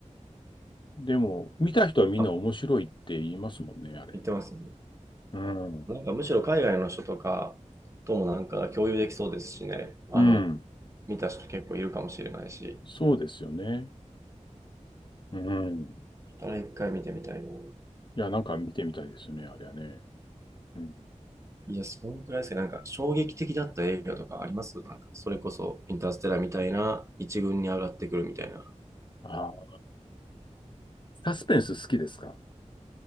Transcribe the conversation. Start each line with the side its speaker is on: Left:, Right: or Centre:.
Left: でも、見た人はみんな面白いって言いますもんね、
Right: あ、
Left: あれ。
Right: 言ってますね。
Left: うん。
Right: なんかむしろ海外の人とかともなんか共有できそうですしね。あの、
Left: うん。
Right: 見た人結構いるかもしれないし。
Left: そうですよね。うん。
Right: だから一回見てみたいな。
Left: いや、なんか見てみたいですよね、あれはね。うん。
Right: いや、そんくらいですね。なんか衝撃的だった映画とかありますなんかそれこそインターステラーみたいな一軍に上がってくるみたいな。
Left: あー、サスペンス好きですか